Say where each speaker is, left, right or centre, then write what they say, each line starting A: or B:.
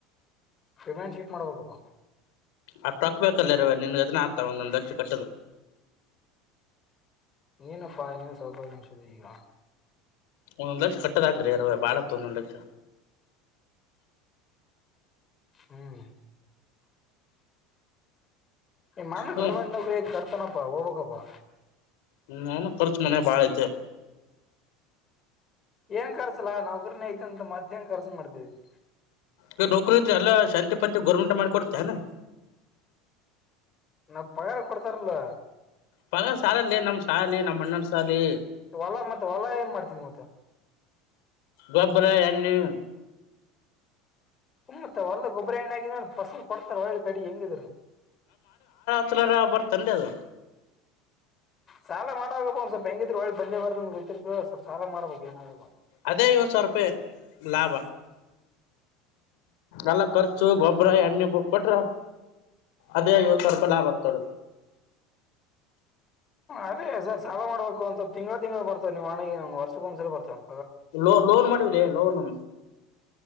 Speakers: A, on the left; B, on the left.
A: ವಿಮ್ಯಾನ್ ಶೀಟ್ ಮಾಡ್ಬೇಕಪ್ಪಾ
B: ಆ ಟೊಕ್ಬೇಕ ಅಲ್ಲರವೆ ನಿನ್ ಅದ್ನ ಅಕ್ದ ಒಂದೊಂದ್ ಲಕ್ಷ ಕಟ್ಟದು
A: ಏನಪ್ಪಾ ನೀನ್ ಸೌಕರ ಮನ್ಶದಿ ಈಗ
B: ಒಂದೊಂದ್ ಲಕ್ಷ ಕಟ್ಟದಕ್ರರಿ ಅರ ಬಾಳತ್ತ ಒಂದೊಂದ ಲಕ್ಷ
A: ಹ್ಮ್ ಮಾಡ
B: ಹ್ಮ್
A: ಗವರ್ಮಂಟ್ ನೌಕರಿ ಐತ್ ತನಪ್ಪ ಹೋಗ್ಬೇಕಪ್ಪಾ.
B: ಹ್ಮ ನನ್ ಖರ್ಚು ಮನೆ ಬಾಳ ಐತೆ
A: ಏನ್ ಕರ್ಸಲ್ಲಾ ನೌಕರನೇ ಐತ ಅಂತ ಮತ್ತ ನ್ ಕರ್ಸ ಮಾಡ್ತೇವಿ
B: ಈಗ ನೌಕರಿ ಇದ್ರೆ ಎಲ್ಲ ಶಾಂತಿ ಪಂಚ ಗೋರ್ಮೆಂಟ್ ಮಾಡಿ ಕೊಡುತ್ತಾ ಏನ?
A: ನಾವ ಪಗಾರ ಕೊಡ್ತಾರಲ್ಲ.
B: ಪಗ ಸಾಲಲ್ಲಿ ನಮ್ ಶಾಲಿ ನಮ್ಮ್ ಅಣ್ಣರ್ ಸಾಲಿ
A: ಹೊಲ ಮತ್ತೆ ಹೊಲ ಏನ್ ಮಾಡ್ತಿದ್ ಮತ್ತ?
B: ಗೊಬ್ಬರ ಎಣ್ಣೆ
A: ಹ ಮತ್ತ ಹೊಲ್ದಾಗ್ ಗೊಬ್ಬರ ಹೆಣ್ಣಾಗ ಫಸಲ್ ಕೊಡ್ತಾರ ಒಳ್ಳ ಕಡಿ ಹೆಂಗಿದರಿ
B: ತಲಾರ ಬರ್ತನ್ರಿ ಅದು
A: ಸಾಲ ಮಾಡುವಾಗ ಬನ್ ಬ ಸ್ವಲ್ ಹೆಂಗಿದ್ರು ಒಳ್ಳಿ ಬಂದ ಬರ್ದ ಗೊತ್ತಿರ್ಬೆಕ್ ಸ್ವಲ್ಪ್ ಸಾಲ ಮಾಡ್ಬೇಕ್ ಏನಾಗಲ್ಲ.
B: ಅದೇ ಐವತ್ ಸಾವಿರ ರೂಪಾಯಿ ಲಾಭ ಅಲ್ಲ ಕರ್ ಚು ಗೊಬ್ಬ್ರ
A: ಹ್ಮ್
B: ಎಣ್ಣೆ ಬುಕ್ ಕೊಟ್ರ ಅದೇ ಐವತ್ ಸಾವಿರ ರೂಪಾಯಿ ಲಾಭತ್ ತಡು
A: ಅದೇ ಸರ್ ಸಾಲ ಮಾಡ್ಬೇಕು ಒಂದ್ ಸ್ವಲ್ಪ್ ತಿಂಗಳ ತಿಂಗಳು ಬರ್ತಾವ್ವ್ ನೀವ್ ವಣೆಗೆ ವರ್ಷಕ್ ಒಂದ್ಸಲ ಬರ್ತವ್.
B: ಲೋ ಲೋನ್ ಮಾಡಿವ್ರಿ ಲೋನು